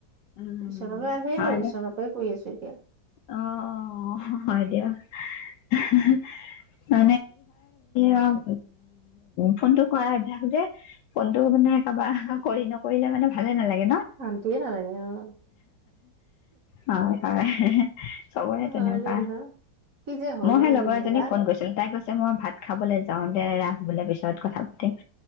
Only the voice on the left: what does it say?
উম
হয়
দে
অ' হয় দিয়ক <unintelligible> অ' ফোনটো কৰাৰ অভ্যাস যে ফোনটো মানে কাৰবাৰ অহা কৰি কৰিলে মানে ভালে নালাগে। ন
হয় হয় চবৰে
তেনেকুৱা
মইহে
লগৰ
এজনীক
ফোন কৰিছিলো তাই কৈছে মই ভাত খাবলৈ যাওঁতে বোলে পিছত কথা পাতিম,